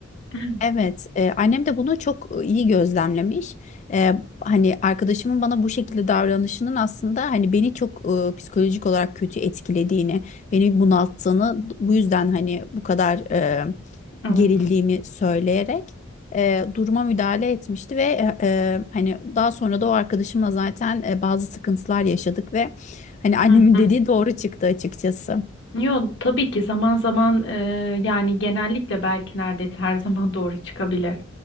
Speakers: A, on the left (about 65°); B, on the left (about 35°).
A: <laughs>
B: Evet, e, annem de bunu çok e, iyi gözlemlemiş. E, hani arkadaşımın bana bu şekilde davranışının aslında hani beni çok e, psikolojik olarak kötü etkilediğini, beni bunalttığını, bu yüzden hani bu kadar e,
A: Evet.
B: gerildiğimi söyleyerek e, duruma müdahale etmişti ve e, e, hani daha sonra da o arkadaşımla zaten e, bazı sıkıntılar yaşadık ve hani annemin
A: Hı hı.
B: dediği doğru çıktı açıkçası.
A: Yok tabii ki zaman zaman e, yani genellikle belki neredeyse her <laughs> zaman doğru çıkabilir.